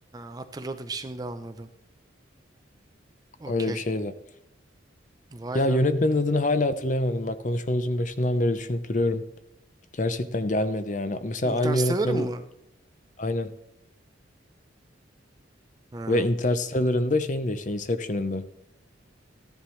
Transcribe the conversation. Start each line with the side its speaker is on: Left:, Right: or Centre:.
Right: hatırladım, şimdi anladım. Okey.
Left: Öyle bir şeydi.
Right: Vay
Left: Ya
Right: be.
Left: yönetmenin adını hala hatırlayamadım. Bak konuşmamızın başından beri düşünüp duruyorum. Gerçekten gelmedi yani. Mesela
Right: Interstellar'ın
Left: aynı yönetmenin
Right: mı?
Left: aynen.
Right: Ha,
Left: Ve Interstellar'ın da şeyin de işte Inception'ın da.